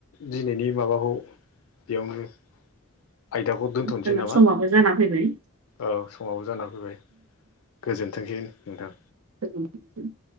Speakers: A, on the left (about 70°); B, on the right (about 70°).
A: दिनैनि माबाखौ बेयावनो आयदाखौ दोन्थ'नोसै
B: जोंना
A: नामा!
B: समाबो जाना फैबाय।
A: औ समावबो जाना फैबाय गोजोनथोंसै नोंथां
B: <unintelligible>